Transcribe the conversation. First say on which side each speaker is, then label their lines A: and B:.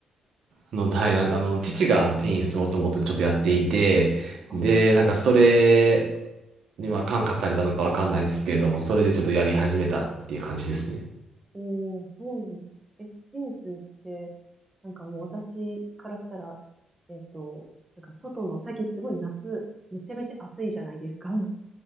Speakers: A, on the right; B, on the right.
A: あの、はい、なんかあの、父があのテニスもともとちょっとやっていて、
B: ああ。
A: で、なんかそれにまあ感化されたのかわかんないんですけれども、それでちょっとやり始めたっていう感じですね。
B: おー、そうなんえ、テニスって、なんかもう私からしたら、えっと、なんか外の、最近すごい夏、めちゃめちゃ暑いじゃないですか。